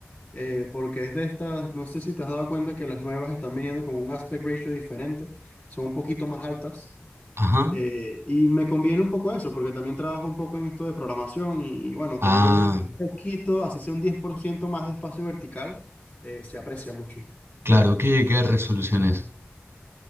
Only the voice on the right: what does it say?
Ajá.
Ah,
claro, ¿qué, qué resolución es?